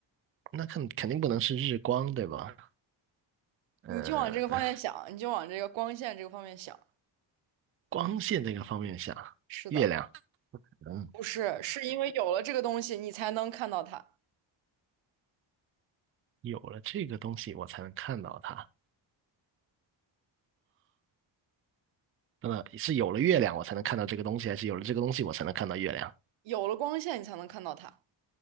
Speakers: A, on the right (about 30°); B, on the right (about 80°).
A: 那肯肯定不能是日光，对吧？嗯，
B: 你就往这个方向想，你就往这个光线这个方面想。
A: 光线这个方面下，
B: 是的，
A: 月亮。嗯，
B: 不是，是因为有了这个东西，你才能看到它；
A: 有了这个东西，我才能看到它。呃，是有了月亮，我才能看到这个东西，还是有了这个东西，我才能看到月亮？
B: 有了光线，你才能看到它。